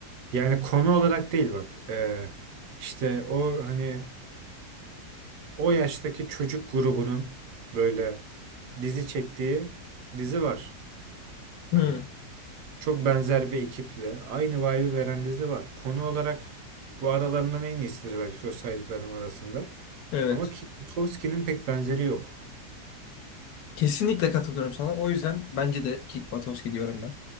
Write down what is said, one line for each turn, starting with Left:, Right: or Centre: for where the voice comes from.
Right: Yani konu olarak değil bak. Ee, işte o hani o yaştaki çocuk grubunun böyle dizi çektiği dizi var.
Left: Hı.
Right: Hani Çok benzer bir ekiple aynı vibe'ı veren dizi var. Konu olarak bu aralarından en iyisidir belki o saydıklarım arasında.
Left: Evet.
Right: Ama ki- Butowski'nin pek benzeri yok.
Left: Kesinlikle katılıyorum sana. O yüzden bence de Kick Buttowski diyorum ben.